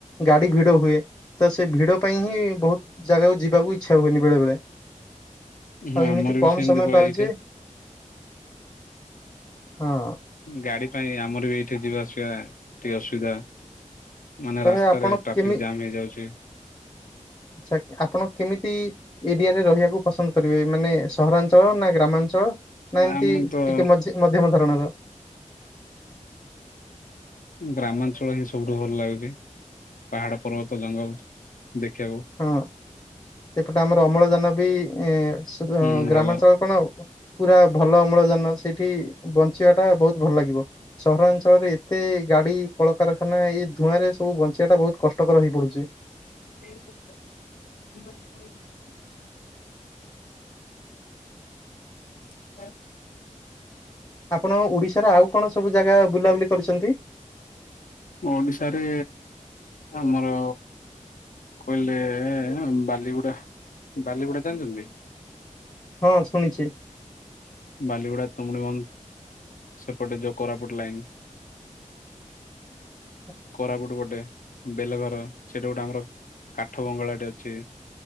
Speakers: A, on the left; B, on the left.
A: ଗାଡ଼ି ଭିଡ଼ ହୁଏ। ତ ସେ ଭିଡ଼ ପାଇଁ ହିଁ ବହୁତ ଜାଗାକୁ ଯିବାକୁ ଇଚ୍ଛା ହୁଏନି ବେଳେବେଳେ।
B: ହଁ
A: ଆଉ ଏମିତି
B: ଆମର ବି
A: କମ୍
B: ସେମିତି
A: ସମୟ
B: ପୁରା
A: ପାଉଛି,
B: ଏଇଠି
A: ହଁ
B: ଗାଡ଼ି ପାଇଁ ଆମର ବି ଏଇଠି ଯିବା ଆସିବା ଟିକେ ଅସୁବିଧା। ମାନେ
A: ତ
B: ରାସ୍ତାରେ
A: ଭାଇ ଆପଣ
B: ଟ୍ରାଫିକ
A: କେମି
B: ଜାମ୍ ହେଇଯାଉଛି।
A: ଆ ଆପଣ କେମିତି ଏରିଆରେ ରହିବାକୁ ପସନ୍ଦ କରିବେ ମାନେ ସହରାଞ୍ଚଳ ନା ଗ୍ରାମାଞ୍ଚଳ ନା ଏମିତି
B: ଆମେ ତ
A: ଟିକେ ମଝି ମଧ୍ୟମ ଧରଣର?
B: ଗ୍ରାମାଞ୍ଚଳ ହିଁ ସବୁଠୁ ଭଲ ଲାଗୁଛି ପାହାଡ଼, ପର୍ବତ, ଜଙ୍ଗଲ ଦେଖିବାକୁ।
A: ହଁ ସେପଟେ ଆମର ଅମ୍ଳଜାନ ବି ଏ ସେ
B: ହୁଁ
A: ଗ୍ରାମାଞ୍ଚଳରେ
B: ଭଲ
A: କଣ ହେବ ପୁରା ଭଲ ଅମ୍ଳଜାନ ସେଇଠି ବଞ୍ଚିବା ଟା ବହୁତ ଭଲ ଲାଗିବ। ସହରାଞ୍ଚଳରେ ଏତେ ଗାଡି କଳକାରଖାନା ଏଇ ଧୂଆଁ ରେ ସବୁ ବଞ୍ଚେଇବା ଟା ବହୁତ କଷ କଟକର ହେଇ <unintelligible>
B: <unintelligible> <unintelligible>
A: ଆପଣ ଓଡ଼ିଶାରେ ଆଉ କଣ ସବୁ ଜାଗା ବୁଲାବୁଲି କରିଛନ୍ତି?
B: ଓଡ଼ିଶାରେ ଆମର କହିଲେ ବାଲିଗୁଡା, ବାଲିଗୁଡା ଜାଣିଛନ୍ତି?
A: ହଁ ଶୁଣିଛି।
B: ବାଲିଗୁଡ଼ା ତୁମୁଡ଼ିମ୍ଜ ସେପଟେ ଯେଉଁ କୋରାପୁଟ ଲାଇନ୍
A: <inaudible>
B: କୋରାପୁଟ ଗୋଟେ ବେଲଘର ସେଠା ଗୋଟେ ଆମର କାଠ ବଙ୍ଗଳାଟେ ଅଛି।